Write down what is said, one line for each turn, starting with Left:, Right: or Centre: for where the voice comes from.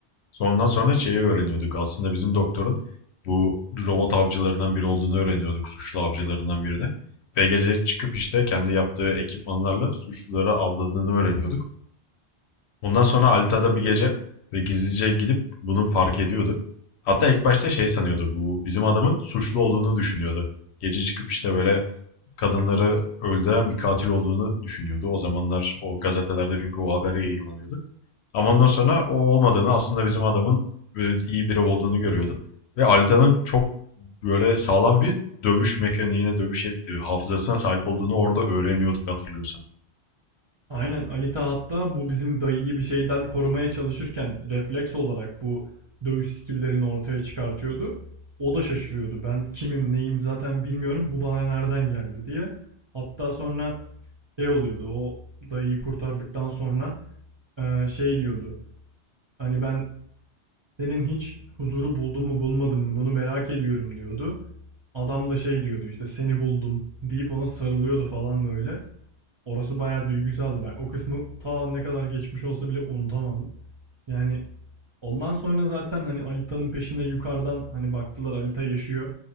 Left: Sondan sonra şeyi öğreniyorduk. Aslında bizim doktorun bu robot avcılarından biri olduğunu öğreniyorduk. Suçlu avcılarından birini. Ve gece çıkıp işte kendi yaptığı ekipmanlarla suçluları avladığını öğreniyorduk. Ondan sonra Alita'da bir gece ve gizlice gidip bunu fark ediyordu. Hatta ilk başta şey sanıyordu. Bu bizim adamın suçlu olduğunu düşünüyordu. Gece çıkıp işte böyle kadınları öldüren bir katil olduğunu düşünüyordu. O zamanlar o gazetelerde çünkü o haber yayınlanıyordu. Ama ondan sonra o olmadığını aslında bizim adamın e, iyi biri olduğunu görüyordu. Ve Alita'nın çok böyle sağlam bir dövüş mekaniğine, dövüş ettiği hafızasına sahip olduğunu orada öğreniyorduk hatırlıyorsan.
Right: Aynen Alita hatta bu bizim dayıyı bir şeyden korumaya çalışırken refleks olarak bu dövüş skill'lerini ortaya çıkartıyordu. O da şaşırıyordu. Ben kimim neyim zaten bilmiyorum bu bana nereden geldi diye. Hatta sonra şey oluyordu o dayıyı kurtardıktan sonra e, şey diyordu. Hani ben Senin hiç huzuru buldun mu bulmadın mı bunu merak ediyorum diyordu. Adam da şey diyordu işte seni buldum deyip ona sarılıyordu falan böyle. Orası bayağı duygusaldı. Ben o kısmı ta ne kadar geçmiş olsa bile unutamadım. Yani ondan sonra zaten hani Alita'nın peşine yukarıdan hani baktılar Alita yaşıyor.